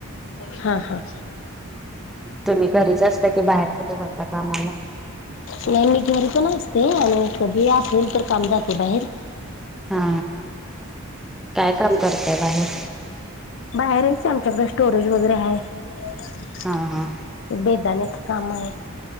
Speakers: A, on the left (about 60°); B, in the centre.
A: हा हा.
B: तुम्ही घरीच असता की बाहेर कुठे जाता कामाला?
A: नाही मी घरी पण असते आणि कधी असेल तर काम जाते बाहेर.
B: हा काय काम करतय बाहेर?
A: बाहेरच आमच्याकडे स्टोरेज वगैरे आहे ते
B: हा हा
A: बेदाानत कामाय.